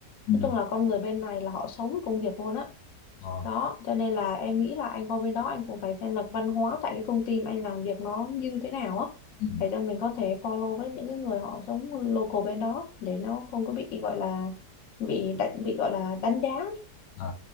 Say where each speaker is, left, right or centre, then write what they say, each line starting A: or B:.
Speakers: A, on the left (about 75°); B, on the left (about 60°).
A: ừ
B: nói chung là con người bên này là họ sống với công việc luôn á
A: ờ
B: đó cho nên là em nghĩ là anh qua bên đó anh cũng phải xem là văn hóa tại cái công ty mà anh làm việc nó như thế nào á
A: ừ
B: để cho mình có thể follow với những cái người họ sống local bên đó để nó không có bị gọi là bị đánh bị gọi là đánh giá ấy.
A: À.